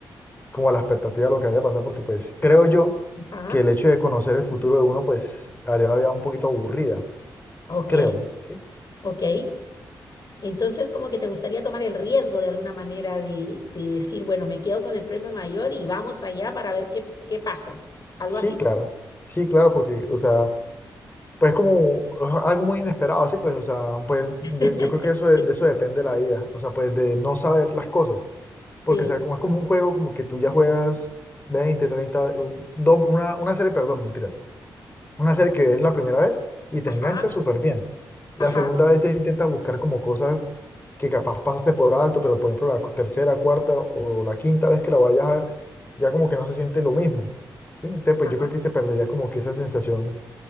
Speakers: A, on the left; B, on the left.
A: como a la expectativa de lo que había pasado, porque pues creo yo
B: Ajá,
A: que el hecho de conocer el futuro de uno pues haría la vida un poquito aburrida.
B: ok,
A: Creo, ¿sí?
B: ok. Entonces, como que te gustaría tomar el riesgo de alguna manera de, de decir, bueno, me quedo con el premio mayor y vamos allá para ver qué, qué pasa. Algo
A: Sí,
B: así.
A: claro. Sí, claro, porque, o sea, Pues como es algo muy inesperado, así pues, o sea, pues de-
B: <laughs>
A: yo creo que eso de, de eso depende la vida, o sea, pues de no saber las cosas,
B: Sí.
A: porque o sea, como es como un juego como que tú ya juegas 20 30 u- do- una, una serie, perdón, mentiras, una serie que es la primera vez y te
B: Ajá,
A: engancha súper bien. La
B: ajá,
A: segunda vez ya intentas buscar como cosas que capaz pasaste por alto, pero por ejemplo la cu- tercera, cuarta o la quinta vez que la vayas a ver, ya como que no se siente lo mismo, ¿sí? Entonces, pues
B: ajá,
A: yo creo que se perdería como que esa sensación